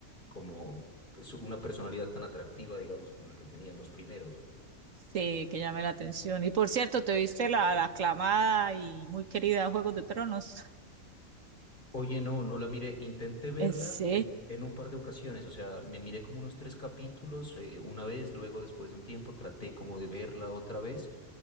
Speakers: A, on the left (about 35°); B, on the right (about 70°).
A: como que su- una personalidad tan atractiva, digamos, como la que tenían los primeros. pues.
B: sí, que llame la atención. Y por cierto, ¿te viste la, la aclamada y muy querida Juegos de Tronos? <laughs>
A: Oye, no, no la miré. Intenté verla
B: En sí,
A: en, en un par de ocasiones, o sea, me miré como unos tres capítulos eh, una vez, luego después de un tiempo traté como de verla otra vez,